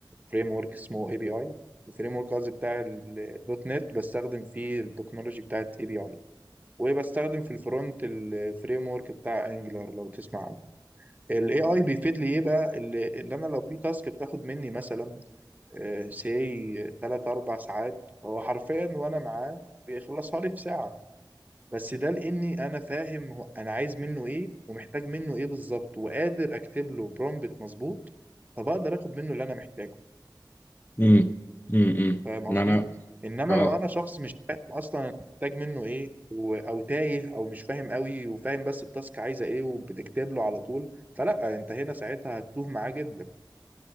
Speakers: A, on the right; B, on the left.
A: فريم ورك اسمه اي بي اي الفريم ورك قصدي بتاع الدوت نت بستخدم فيه التكنولوجي بتاعت اي بي اي وبستخدم في الفرونت الفريم ورك بتاع انجلر لو تسمع عنه الاي اي بيفيد لي ايه بقى اللي, اللي انا لو في تاسك بتاخد مني مثلا سي 3 4 ساعات هو حرفيا وانا معاه بيخلصها لي في ساعة بس ده لاني انا فاهم هو انا عايز منه ايه ومحتاج منه ايه بالظبط وقادر اكتب له برومبت مظبوط فبقدر اخد منه اللي انا محتاجه
B: امم امم
A: فاهم
B: ما
A: قصدي
B: انا
A: انما
B: اه
A: لو انا شخص مش فاهم اصلا أنا محتاج منه ايه و- او تايه او مش فاهم قوي وفاهم بس التاسك عايزه ايه وبتكتب له على طول فلا انت هنا ساعتها هتتوه معاه جدا